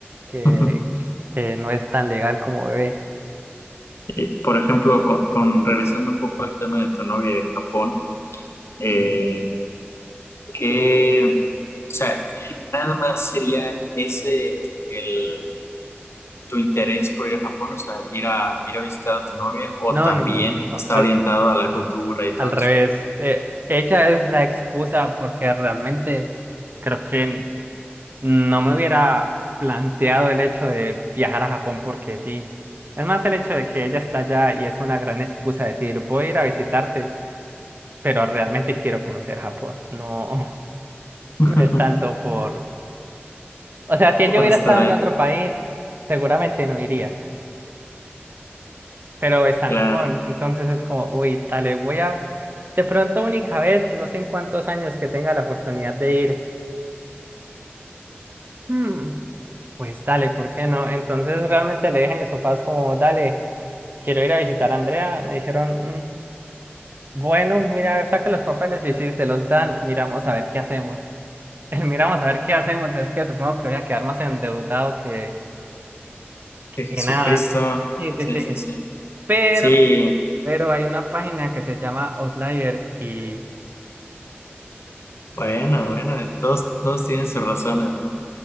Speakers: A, on the right; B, on the left.
A: que,
B: <laughs>
A: que no es tan legal como bebé.
B: eh, por ejemplo, con, con- regresando un poco al tema de tu novia y de Japón, eh, que, o sea, nada más sería ese el, tu interés por ir a Japón, o sea, ir a, ir a visitar a tu novia, o
A: No,
B: también
A: no, no, no,
B: está
A: al,
B: orientado a la cultura y todo
A: al revés.
B: eso.
A: Eh, ella es la excusa porque realmente creo que no me hubiera planteado el hecho de viajar a Japón porque sí. Es más el hecho de que ella está allá y es una gran excusa decir, voy a ir a visitarte pero realmente quiero conocer Japón. No,
B: <laughs>
A: No es tanto por... O sea, si
B: Por
A: yo hubiera
B: estar
A: estado
B: ahí,
A: en otro país, seguramente no iría, pero está
B: claro.
A: en Japón, entonces es como, uy, dale, voy a... De pronto única vez, no sé en cuántos años que tenga la oportunidad de ir, hmm, pues dale, ¿por qué no? Entonces realmente le dije a mis papás como, dale, quiero ir a visitar a Andrea, me dijeron, "Mm, bueno, mira, a ver, saque los papeles y si se los dan, miramos a ver qué hacemos. <laughs> El miramos a ver qué hacemos, es que supongo que voy a quedar más endeudado que
B: De Jesucristo,
A: que nada. Sí,
B: sí,
A: sí, sí.
B: sí, sí.
A: Pero,
B: Sí,
A: pero hay una página que se llama Outlier y...
B: Bueno, bueno, eh, todos, todos tienen sus razones, ¿no?